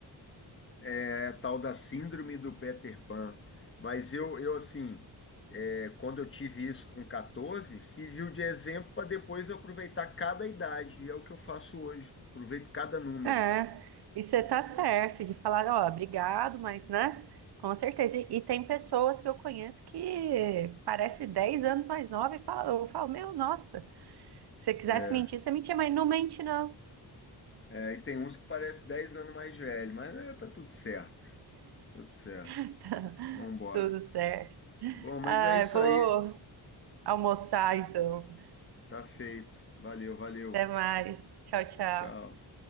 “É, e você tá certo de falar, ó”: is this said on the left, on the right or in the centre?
Right